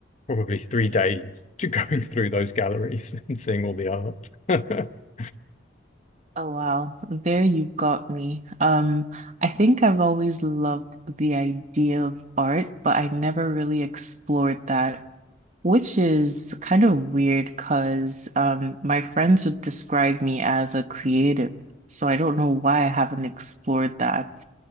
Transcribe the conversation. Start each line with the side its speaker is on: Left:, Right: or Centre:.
Left: probably three days to <laughs> going through those galleries <laughs> and seeing all the art. <laughs>
Right: Oh wow, there you got me. Um, I think I've always loved the idea of art, but I never really explored that, which is kind of weird because um, my friends would describe me as a creative, so I don't know why I haven't explored that.